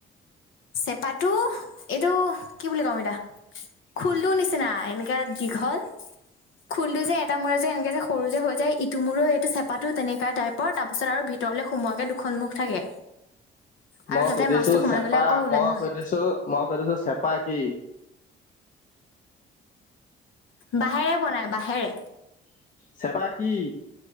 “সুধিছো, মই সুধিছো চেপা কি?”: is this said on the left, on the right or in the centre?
Left